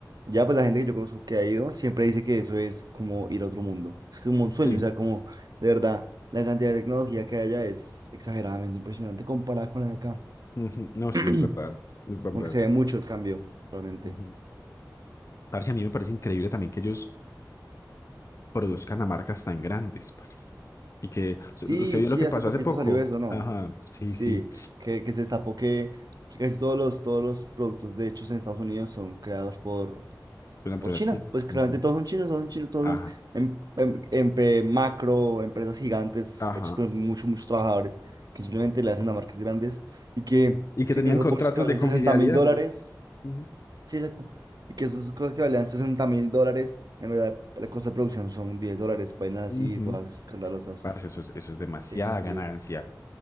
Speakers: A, on the right; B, on the left.
A: Ya, pues la gente que yo conozco que ha ido siempre dice que eso es como ir a otro mundo. Es como un sueño.
B: sí
A: O sea, como de verdad, la cantidad de tecnología que hay allá es exageradamente impresionante comparada con la de acá.
B: Ujú, No, sí, es
A: <clears throat>
B: verdad, es verdad.
A: Aunque se ve mucho el cambio, realmente.
B: Ujú. Parce, a mí me parece increíble también que ellos produzcan a marcas tan grandes, parce. Y que
A: Sí,
B: se usted vio
A: sí,
B: lo que
A: hace
B: pasó
A: poquito
B: hace poco.
A: salió eso, ¿no?
B: Ajá, sí,
A: Sí,
B: sí,
A: que, que se destapó que, que casi todos los, todos los productos de hechos en Estados Unidos son creados por,
B: una empresa
A: por China.
B: china.
A: Pues claramente
B: Ujú,
A: todos son chinos, todos son chinos, todos
B: Ajá,
A: son em- em- empre- macro, empresas gigantes,
B: ajá.
A: hechas por muchos, muchos trabajadores, que simplemente le hacen a marcas grandes y que,
B: Y que
A: sí,
B: tenían
A: que esos
B: contratos
A: bolsos que valen
B: de confidencialidad.
A: sesenta mil dólares,
B: mira. Ujú,
A: sí, exacto, y que esas cosas que valían sesenta mil dólares, en verdad, la costa de producción son 10 dólares, vainas así,
B: ujú.
A: todas escandalosas.
B: Parce, eso es, eso es demasiada
A: Sí, sí, sí.
B: ganancia.